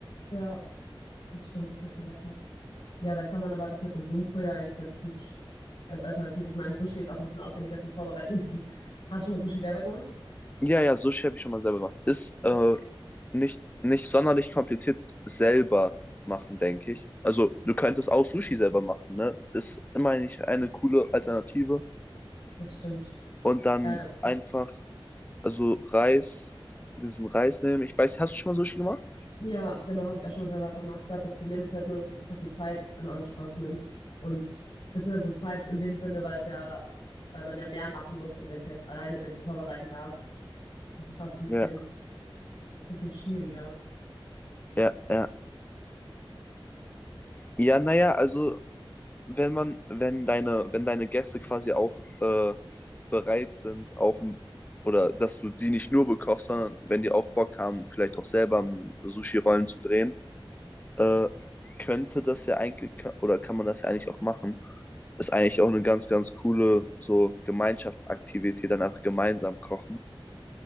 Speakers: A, on the left; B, on the left.
A: ja, das stimmt, das ist nicht so lecker. Ja, da kann man aber das mit dem Blumenkohl ja eigentlich ganz gut als Alternative. Ich meine, Sushi ist auch ein bisschen aufwendiger zum Vorbereiten. <laughs> Hast du schon mal Sushi selber gemacht?
B: Ja, ja, Sushi habe ich schon mal selber gemacht. Ist
A: Ja,
B: äh, nicht, nicht sonderlich kompliziert selber machen, denke ich. Also, du könntest auch Sushi selber machen, ne? Ist immerhin nicht eine coole Alternative.
A: das stimmt.
B: Und dann
A: Ja,
B: einfach, also Reis, diesen Reis nehmen. Ich weiß, hast du schon mal Sushi gemacht?
A: Ja, genau, habe ich auch schon selber gemacht. Ich glaube, das Problem ist halt nur, dass es super viel Zeit in Anspruch nimmt und beziehungsweise Zeit in dem Sinne, weil es ja, weil man ja mehr machen muss und wenn ich jetzt alleine bin, die vorbereiten darf, ist das, glaube ich, ein bisschen,
B: Ja,
A: bisschen schwieriger.
B: ja, ja. Ja, naja, also, wenn man, wenn deine, wenn deine Gäste quasi auch äh, bereit sind, auch ein- oder dass du die nicht nur bekochst, sondern wenn die auch Bock haben, vielleicht auch selber m, Sushi-Rollen zu drehen, äh, könnte das ja eigentlich, ka- oder kann man das ja eigentlich auch machen. Ist eigentlich auch eine ganz, ganz coole so Gemeinschaftsaktivität, dann einfach gemeinsam kochen.